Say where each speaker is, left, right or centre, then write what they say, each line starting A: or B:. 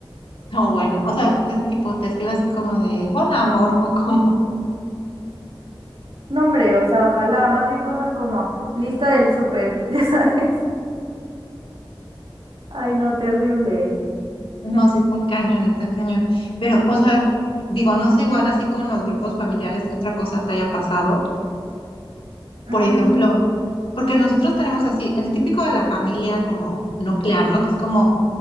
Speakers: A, on the left; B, on the right.
A: No, bueno, o sea, te- tipo, te escribe así como de, hola, amor, <laughs> o como,
B: No, hombre, o sea, ojalá, más bien cosas como lista del súper, <laughs> ya sabes. Ay, no, terrible.
A: No, sí está cañón, está cañón. Pero, o sea, digo, no sé igual así con los grupos familiares que otra cosa te haya pasado.
B: Mm,
A: Por ejemplo, porque nosotros tenemos así el típico de la familia como nuclear, ¿no? Que es como